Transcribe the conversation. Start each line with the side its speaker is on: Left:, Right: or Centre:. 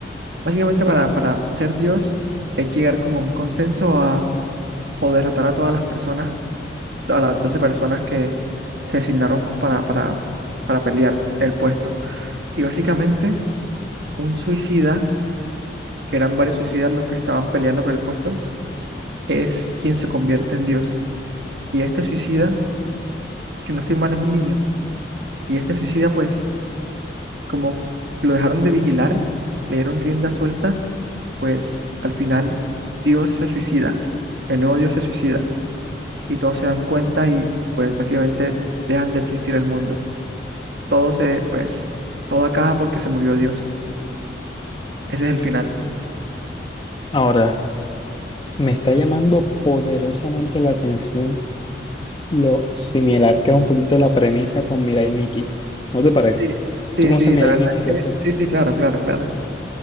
Right: Básicamente para, para ser Dios hay que llegar como a un consenso a, o derrotar a todas las personas, a las 12 personas que se asignaron co- para, para, para pelear el puesto. Y básicamente un suicida, que eran varios suicidas los que estaban peleando por el puesto, es quien se convierte en Dios. Y este suicida, si no estoy mal, es un niño. Y este suicida, pues, como lo dejaron de vigilar, le dieron rienda suelta, pues al final Dios se suicida, el nuevo Dios se suicida. Y todos se dan cuenta y pues básicamente dejan de existir el mundo. Todo se, pues, todo acaba porque se murió Dios. Ese es el final.
Left: Ahora, me está llamando poderosamente la atención Lo similar que es un poquito la premisa con Mirai Nikki. ¿No te parece?
Right: Sí, sí,
Left: Tú conoces
Right: sí,
Left: Mirai
Right: la verdad
Left: Nikki, ¿cierto?
Right: es que, sí, sí, claro, claro, claro.